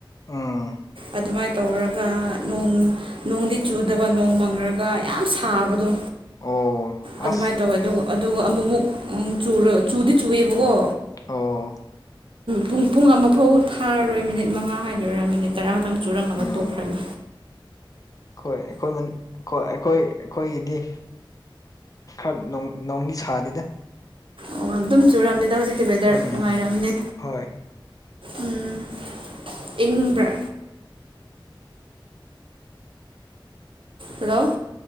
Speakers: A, on the left; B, on the right.
A: ꯎꯥꯝ
B: ꯑꯗꯨꯃꯥꯏꯅ ꯇꯧꯔꯒ ꯅꯣꯡ ꯅꯣꯡꯗꯤ ꯆꯨꯗꯕ ꯅꯣꯡ ꯃꯪꯔꯒ ꯌꯥꯝ ꯁꯥꯕꯗꯣ
A: ꯑꯣ ꯑꯁ
B: ꯑꯗꯨꯃꯥꯏꯅ ꯇꯧꯋꯦ ꯑꯗꯨꯒ ꯑꯗꯨꯒ ꯑꯃꯨꯛꯃꯨꯛ ꯆꯨꯗꯤ ꯆꯨꯏꯌꯦꯕꯀꯣ
A: ꯑꯣ
B: ꯄꯨꯡ ꯄꯨꯡ ꯑꯃꯐꯥꯎ ꯐꯥꯔꯔꯣꯏ ꯃꯤꯅꯤꯠ ꯃꯉꯥ ꯍꯥꯏꯗꯣꯏꯔꯥ ꯃꯤꯅꯤꯠ ꯇꯔꯥ ꯉꯛꯇꯪ ꯆꯨꯔꯝꯃꯒ
A: ꯎꯝ
B: ꯇꯣꯛꯈ꯭ꯔꯅꯤ
A: ꯍꯣꯏ ꯑꯩꯈꯣꯏ ꯃꯅꯤ ꯑꯩꯈꯣꯢ ꯑꯩꯈꯣꯏ ꯑꯩꯈꯣꯏꯒꯤꯗꯤ ꯈꯔ ꯅꯣꯡꯗꯤ ꯁꯥꯗꯦꯗ
B: ꯑꯣ ꯑꯗꯨꯝ ꯆꯨꯨꯔꯝꯅꯤꯗ ꯍꯧꯖꯤꯛꯇꯤ ꯋꯦꯗꯔ
A: ꯎꯝ
B: ꯅꯨꯡꯉꯥꯏꯔꯝꯅꯤ
A: ꯍꯣꯏ
B: ꯎꯝ ꯏꯪꯕ꯭ꯔꯥ ꯍꯜꯂꯣ